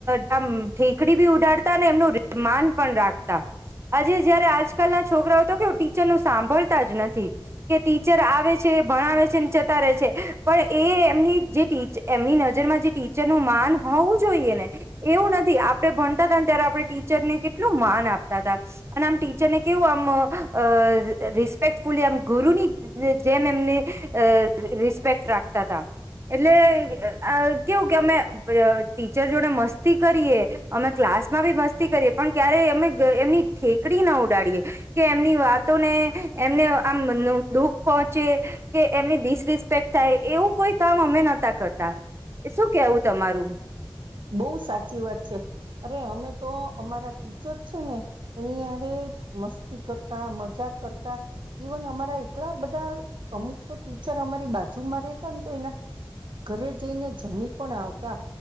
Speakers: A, on the right (about 30°); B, on the right (about 70°).
A: આમ ઠેકડી બી ઉડાડતા ને એમનું માન પણ રાખતા આજે જયારે આજકાલના છોકરાઓ તો કેવું ટીચરનું સાંભળતા જ નથી કે ટીચર આવે છે ભણાવે છે જતા રહે છે પણ એ એમની જે ટી એમની નજરમાં જે ટીચરનું માન હોવું જોઈએ ને એવું નથી આપણે ભણતા હતાને ત્યારે આપણે ટીચરને કેટલું માન આપતા હતા અને આમ ટીચરને કેવું આમ અ રિસ્પેક્ટફુલી આમ ગુરુની જેમ એમને અ રિસ્પેક્ટ રાખતા તા એટલે કેવું કે અમે અ ટીચર જોડે મસ્તી કરીએ અમે ક્લાસ માં બી મસ્તી કરીએ પણ ક્યારે અમે એમની ઠેકડી ના ઉડાડીએ કે એમની વાતોને એમને આમ દુઃખ પહોંચે કે એમની ડિસ રિસ્પેક્ટ થાય એવું કોઈ કામ અમે નતા કરતા શું કેવું તમારું
B: બોવ સાચી વાત છે અરે અમે તો અમારા ટીચર છે ને એનીયારે મસ્તી કરતા મજાક કરતા ઈવન અમારા એટલા બધા અમુક તો ટીચર અમારી બાજુમાં રહેેતા ને તો એના ઘરે જઈને જમી પણ આવતા